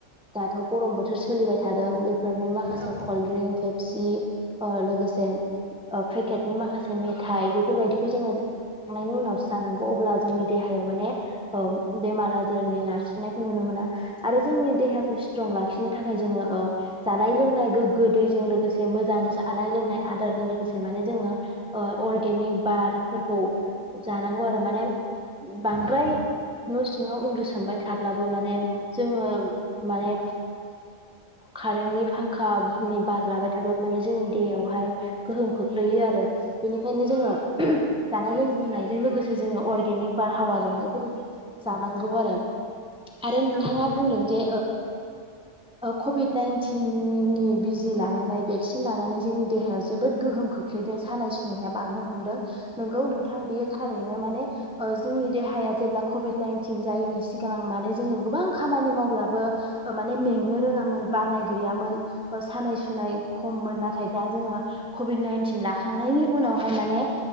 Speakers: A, in the centre; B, on the left.
A: दाथ' गरम बोथोर सोलिबाय थादों बेफोरनि मा खासे
B: औ
A: कलड्रिंक पेपसि ओ लोगोसे ओ पेकेटनि माखासे मेथाइ बेफोरबायदिखौ जोङो थांनायनि उनावसो जानांगौ अब्ला जोंनि देहायाव माने बेमार आजारनि नारसिननायखौ नुनो मोना आरो जोंनि देहाखौ स्ट्रं लाखिनो थाखाय जोङो ओ जानाय लोंनाय गोग्गो दैजों लोगोसे मोजां जानाय लोंनाय आदारजों लोगोसे माने जोङो ओ अर्गेनिक बारफोरखौ जानांगौ आरो माने बांद्राय
B: औ
A: न' सिङाव उन्दुसोमबाय थाब्लाबो माने जोङो माने कारेन्टनि फांखा <unintelligible> नि बार लाबाय थाब्ला माने जोंनि देहायावहाय गोहोम खोख्लैयो आरो बेनिखायनो जोङो जानाय लोंजनायजों लोगोसे जोङो अर्गेनिक बारहावा जानायफोर जानांगौ आरो आरो नोंथाङा
B: नंगौ नोंथां
A: बुंदों जे कभिड नाइन्टिन नि बिजि लानानै भेक्सिन लानानै जोंनि देहायाव जोबोद गोहोम खोख्लैदों सानाय सुनाया बांनो हमदों नोंगौ नोंथां बेयो थारैनो माने जोंनि देहाया जेब्ला कभिड नाइनटिन जायैनि सिगां माने जोङो गोबां खामानि मावब्लाबो माने मेंनो रोङामोन बानाय गैयामोन सानाय सुनाय खममोन नाथाय दा जोङो कभिड नाइनटिन लाखांनायनि उनावहाय माने